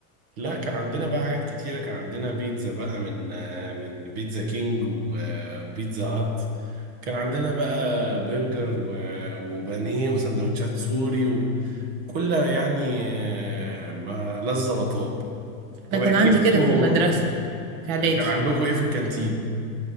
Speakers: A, on the right; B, on the right.
A: لا كان عندنا بقى حاجات كتيرة كان عندنا بيتزا بقى من آه، من بيتزا كينج و- آه، وبيتزا هات كان عندنا بقى برجر و- وبانيه وسندوتشات سوري وكلها يعني آه، ما لذة وطاب طب
B: انا كان
A: احكي
B: عندي
A: لي
B: كده
A: انتوا
B: في المدرسه في اعدادي
A: كان عندكم ايه في الكانتين؟